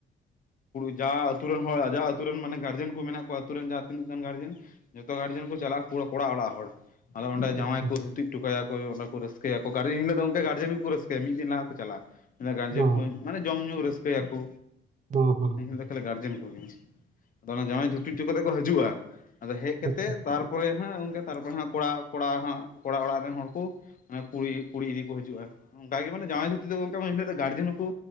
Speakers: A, on the left; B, on the right.
A: ᱡᱟ ᱟᱹᱛᱩ ᱨᱮᱱ ᱦᱚᱲ, ᱡᱟ ᱟᱹᱛᱩ ᱨᱮᱱ ᱢᱟᱱᱮ ᱜᱟᱨᱡᱮᱱ ᱠᱚ ᱢᱮᱱᱟᱜ ᱠᱚᱣᱟ᱾ ᱟᱛᱩ ᱨᱮᱱ ᱡᱟᱦᱟᱸ ᱛᱤᱱᱟᱹᱜ ᱜᱟᱱ ᱜᱟᱨᱡᱮᱱ ᱡᱚᱛᱚ ᱜᱟᱨᱡᱮᱱ ᱠᱚ ᱪᱟᱞᱟᱜᱼᱟ ᱠᱚᱲᱟ ᱚᱲᱟᱜ ᱦᱚᱲ᱾ ᱟᱫᱚ ᱚᱸᱰᱮ ᱡᱟᱶᱟᱭ
B: ᱟᱪᱪᱷᱟ
A: ᱠᱚ ᱫᱷᱩᱛᱤ ᱴᱚᱠᱟᱭᱟᱠᱚ ᱚᱸᱰᱮᱠᱚ ᱨᱟᱹᱥᱠᱟᱹᱭᱟᱠᱚ ᱜᱟᱨᱡᱮᱱ, ᱤᱱᱦᱤᱞᱚᱜ ᱫᱚ ᱜᱚᱢᱠᱮ ᱜᱟᱨᱡᱮᱱ ᱠᱚ ᱨᱟᱹᱥᱠᱟᱹᱭᱟ ᱢᱤᱜᱤᱱ ᱞᱟᱦᱟ ᱠᱚ ᱪᱟᱞᱟᱜᱼᱟ᱾ ᱜᱟᱨᱡᱮᱱ
B: ᱚ
A: ᱠᱚ ᱢᱟᱱᱮ ᱡᱚᱢ ᱧᱩ ᱨᱟᱹᱥᱠᱟᱹᱭᱟᱠᱚ
B: ᱦᱚᱸ ᱦᱚᱸ
A: ᱤᱱᱦᱤᱞᱚᱜ ᱫᱚ ᱠᱷᱟᱹᱞᱤ ᱜᱟᱨᱡᱮᱱ ᱠᱚᱜᱮ᱾ ᱟᱫᱚ ᱚᱱᱟ ᱡᱟᱶᱟᱭ ᱫᱷᱩᱛᱤ ᱴᱚ ᱠᱟᱛᱮ ᱠᱚ ᱦᱤᱡᱩᱜᱼᱟ᱾ ᱟᱫᱚ ᱦᱮᱡ
B: ᱟᱪᱪᱷᱟ
A: ᱛᱮᱜ ᱛᱟᱨᱯᱚᱨᱮ ᱦᱟᱹᱜ ᱜᱚᱝᱠᱮ ᱛᱟᱨᱯᱚᱨᱮ ᱦᱟᱹᱜ ᱠᱚᱲᱟ, ᱠᱚᱲᱟ ᱦᱟᱹᱜ ᱠᱚᱲᱟ ᱚᱲᱟᱜ ᱨᱮᱱ ᱦᱚᱲ ᱠᱚ ᱠᱩᱲᱤ, ᱠᱩᱲᱤ ᱤᱫᱤ ᱠᱚ ᱦᱤᱡᱩᱜᱼᱟ᱾ ᱚᱱᱠᱟ ᱜᱮ ᱢᱟᱱᱮ ᱡᱟᱶᱟᱭ ᱫᱷᱩᱛᱤ ᱫᱚ ᱜᱚᱝᱠᱮ ᱢᱟᱱᱮ ᱤᱱᱟᱦᱤᱞᱳᱜ ᱫᱚ ᱜᱟᱨᱡᱮᱱ ᱦᱚᱸ ᱠᱚ